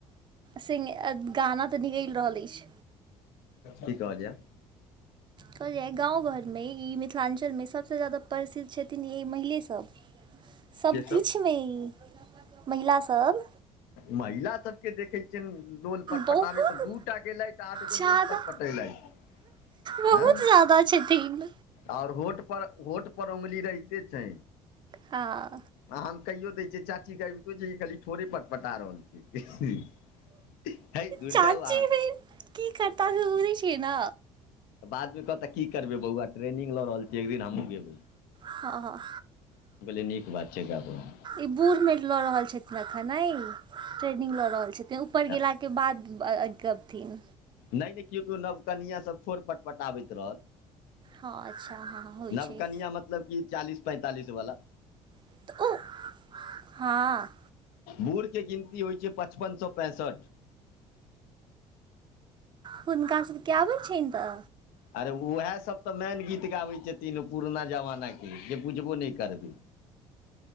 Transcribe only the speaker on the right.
सि गाना तऽ निकलि रहल अछि
कहल ईय गामव घरमे ई मिथिलाञ्चलमे सभसँ ज्यादा प्रसिद्ध छथिन ई महिलेसभ सभकिछुमे
ई महिलासबं
बहुत
ज्यादा
बहुत
ज्यादा छथिन
आह
चाची
फेर की करता से बुझै छिय ना
ह ह
ई बूढ़ मे ल रहल छथिन अखन ट्रेनिंग लऽ रहल छथिन ऊपर
गेला के बाद बर अबथिन
हँ अच्छा हँ होइ
छै
तऽ ओ हँ
हुनका सबके यबै छनि तऽ